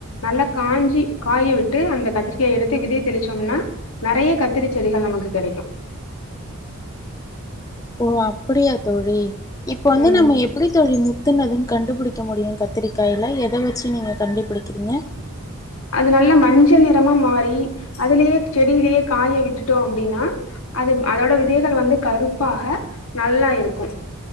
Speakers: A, on the left (about 75°); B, on the left (about 15°).
A: நல்லா காஞ்சி காய வெச் விட்டு அந்த கத்திரிகாய எடுத்து விதை தெளிச்சோம்னா நறைய கத் திரி செடிகள் நமக்கு கிடைக்கு
B: ஓ அப்டியா தோழி இப்ப வந்து
A: ம்
B: நம்ம எப்டி தோழி முத்துனதுன் கண்டுபிடிக்க முடியு கத்திரி கைல எத வச் சி நீங்க கண்டுபிடிக்கிறீங்க
A: அது நல்ல மஞ்சள் நிறமா மாறி அதுலேயே செடியிலேயே காய விட்டுட்டோ அப்டின்னா அது அதோட விதையு <unintelligible> வந்து கருப்பாக நல்லா இருக்கு